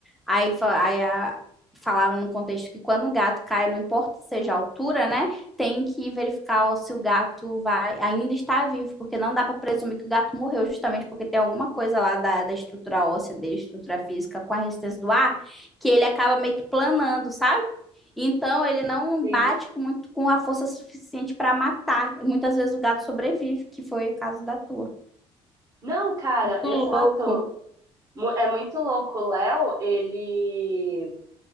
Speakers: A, in the centre; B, on the right.
A: aí, fa- aí a- falava no contexto que quando o gato cai, não importa seja a altura, né? Tem que verificar se o gato vai, ainda está vivo, porque não dá para presumir que o gato morreu, justamente porque tem alguma coisa lá da, da estrutura óssea dele, estrutura física com a resistência do ar, que ele acaba meio que planando, sabe? Então, ele não
B: Sim.
A: bate com muito com a força suficiente para matar. E muitas vezes o gato sobrevive, que foi o caso da tua.
B: Não, cara,
A: Muito
B: exato.
A: louco. <laughs>
B: Mu- É muito louco. O Léo, ele